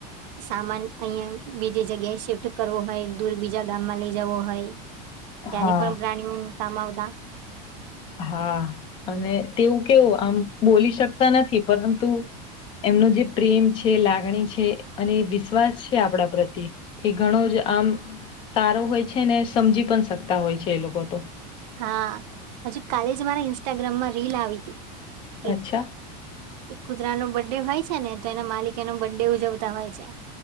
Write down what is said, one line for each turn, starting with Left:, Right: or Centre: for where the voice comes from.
Right: સામાન અહીંયા બીજી જગ્યાએ શિફ્ટ કરવો હોય દૂર બીજા ગામમાં લઇ જવો હોય ત્યારે
Left: હા
Right: પણ પ્રાણીઓ કામ આવતા.
Left: હા અને તેવું કેવું આમ બોલી શકતા નથી પરંતુ એમનો જે પ્રેમ છે, લાગણી છે, અને વિશ્વાસ છે આપણા પ્રત્ય એ ઘણો જ આમ સારું હોય છે ને સમજી પણ શકતા હોય છે એ લોકો તો.
Right: હા હજુ કાલે જ મારા ઇન્સ્ટાગ્રામમાં રીલ આવી કે
Left: અચ્છા
Right: એ કૂતરાનું બડે હોય છે ને તો એના માલિક એનો બર્થ ડે ઉજવતા હોય છે.